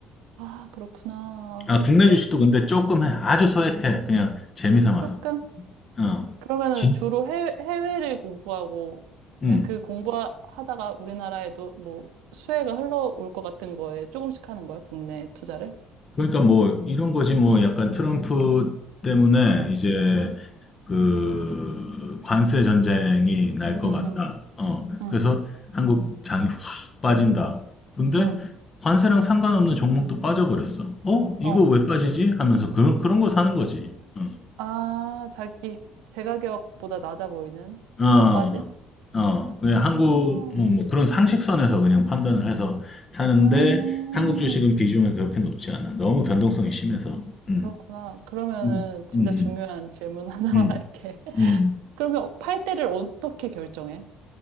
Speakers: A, on the right; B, on the left.
A: 아, 그렇구나.
B: 아, 국내
A: 나
B: 주식도
A: 지-
B: 근데 조금 해. 아주 소액해. 그냥 재미 삼아서.
A: 조금?
B: 어,
A: 그러면은
B: 진,
A: 주로 해외, 해외를 공부하고
B: 음.
A: 그냥 그 공부하다가 우리나라에도 뭐 수혜가 흘러올 것 같은 거에 조금씩 하는 거야, 국내 투자를?
B: 그러니까 뭐 이런 거지 뭐 약간 트럼프 때문에
A: 응,
B: 이제
A: 응,
B: 그 관세 전쟁이 날 것
A: 응,
B: 같다.
A: 응,
B: 어.
A: 응,
B: 그래서 한국 장이 확 빠진다. 근데
A: 응.
B: 관세랑 상관없는 종목도 빠져버렸어. 어? 이거
A: 어.
B: 왜 빠지지? 하면서 그런 그런 거 사는 거지. 응.
A: 아, 자기 제 가격보다 낮아 보이는?
B: 어,
A: 더 빠진?
B: 어, 그냥 한국,
A: 아,
B: 어, 뭐 그런 상식선에서 그냥 판단을 해서 사는데
A: 음,
B: 한국 주식은 비중이 그렇게 높지 않아. 너무 변동성이 심해서. 음,
A: 그렇구나. 그러면은
B: 음,
A: 진짜
B: 음,
A: 중요한 질문 하나만
B: 음. 음.
A: 할게. <laughs>
B: 음,
A: 그러면 팔 때를 어떻게 결정해?